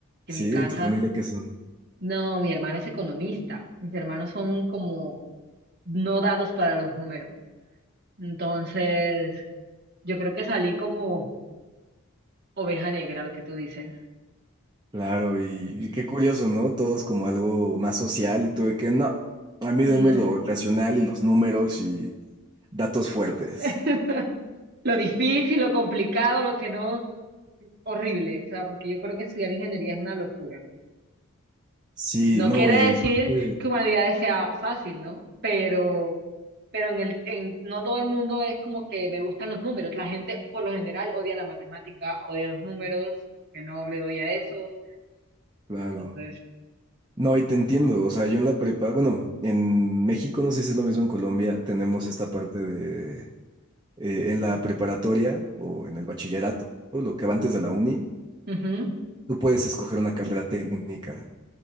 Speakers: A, on the right (about 50°); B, on the right (about 20°).
A: En
B: Sí,
A: mi casa,
B: en tu familia qué son...
A: no, mi hermano es economista. Mis hermanos son como no dados para los números. Entonces, yo creo que salí como oveja negra, lo que tú dices.
B: Claro, y,
A: Ach.
B: y qué curioso, ¿no? Todos como algo más social y tuve que, no, a mí
A: N-
B: denme lo racional y los números y datos fuertes.
A: <laughs> Lo difícil, lo complicado, lo que no. horrible, o sea, porque yo creo que estudiar ingeniería es una locura.
B: Sí,
A: No
B: no,
A: quiere
B: y
A: decir
B: aparte,
A: que humanidades sea fácil, ¿no? Pero, pero en el, en- no todo el mundo es como que me gustan los números. La gente por lo general odia la matemática, odia los números, que no le doy a eso.
B: claro.
A: Entonces,
B: No, y te entiendo, o sea, yo en la prepa, bueno, en México, no sé si es lo mismo en Colombia, tenemos esta parte de, eh, en la preparatoria o en el bachillerato, lo que va antes de la uni,
A: ujú, ujú,
B: tú puedes escoger una carrera técnica.